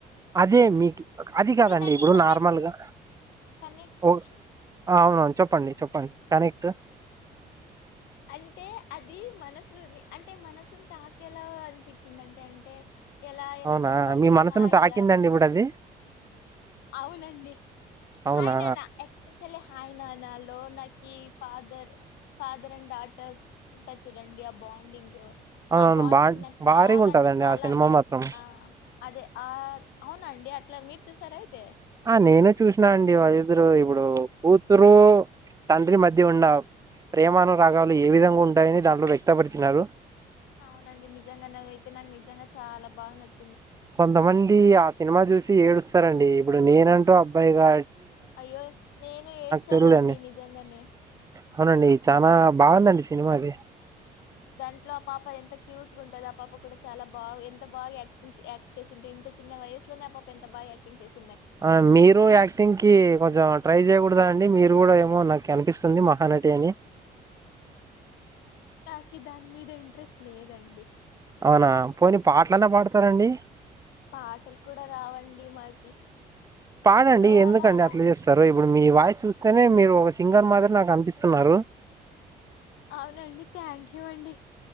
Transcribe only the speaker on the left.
నాకి
కనెక్ట్
కనెక్ట్
ఛీ!
అంటే అది మనసుని అంటే మనసుని తాకేలా అనిపించింది అంటే అంటే ఎలా ఎలా
చెప్పాలి
హాయిగా
అవునండి హాయ్
నాన్న ఎక్స్పెషలీ హాయ్నాన్నలో నాకి ఫాదర్ ఫాదర్ అండ్ డా ఉంట చూడండి ఆ బాండింగ్
బాండింగ్
నాకు చాలా
అంటే చాలా
ఆ అదే ఆ అవునండి అట్లా మీరు చూసార అయితే <inaudible>
అవునండి నిజం నాకైతే నాకు నిజంగా చాలా బాగు నచ్చం
అయ్యో నేను ఏడ్చానండి
నిజంగానే
అవును దాంట్లో ఆ పాప ఎంత క్యూట్ గా ఉంటది ఆ పాప కూడా చాలా బాగా ఎంత బాగా యాక్టింగ్ యాక్ట్ చేసింటే ఇంత చిన్న వయసులోనే ఆ పాప ఎంత బాగా యాక్టింగ్ చేసి
తాకిదాని మీద ఇంట్రెస్ట్ లేదండి
ఆ
పాటలు కూడా రావండి మాకి
ఎప్పుడో
అలా అలా
అవునండి థ్యాంక్ యూ అండి